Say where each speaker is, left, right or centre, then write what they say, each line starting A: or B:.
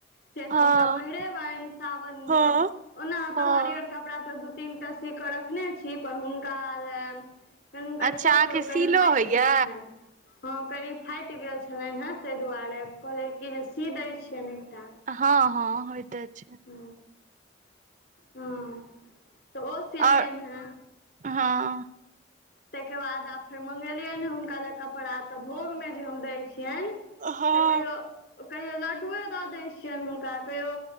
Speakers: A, on the left (about 60°); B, on the right (about 45°).
A: से सब
B: हँ
A: हुनका पहिरेबनि सावन
B: हँ
A: मे, ओना
B: हँ
A: तऽ हरियर कपड़ा तऽ दू तीन टा सी क रखने छी पर हुन कनि हुनकर
B: अच्छा
A: छोट
B: अहाँके सीलो
A: कनि फाटि
B: होइया
A: गेल छैन हँ कनी फाटि गेल छलनि हेँ ताहि दुआरे कहलियै की जे सी दै छियनि एकटा
B: हँ हँ होयते छै।
A: ह हँ तऽ ओ सिलियन
B: आओर
A: हन।
B: हँ।
A: ताहिके बाद आब फेर मँगेलियै हन हुनका ले कपड़ा तऽ भोगमे जे हम दै छियनि
B: हँ
A: से कहियौ कहियो लड्डुए दऽ दैत छियनि हुनका, कहियो,